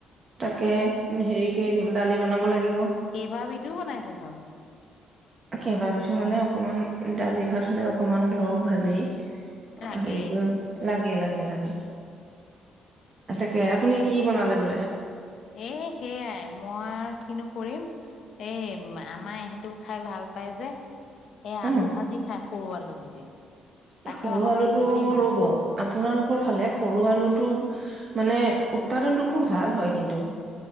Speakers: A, on the right; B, on the left.
A: তাকে
B: এ
A: হেৰিকে দালি বনাব লাগিব।
B: কেইবা বিধো বনাইছেচোন।
A: কেইবাবিধো মানে অকমান দালি ভাত হলে অকমান ধৰক ভাজি।
B: লাগেই
A: অ' হেৰি কৰি লাগে লাগে লাগে। তাকে আপুনি কি বনালে বোলে?
B: এ সেয়াই মই আৰু কিনো কৰিম। এই আমাৰ ইহেঁতেও খাই ভাল পায় যে। এই আলু
A: উম
B: ভাজি খায়, সৰু আলু গুটি। তাকে
A: এ সৰু
B: অলপমান
A: আলুটো
B: ভাজিলো
A: ৰব! আপোনালোকৰ ফালে সৰু আলুটো মানে উৎপাদনটো খুব ভাল হয় কিন্তু।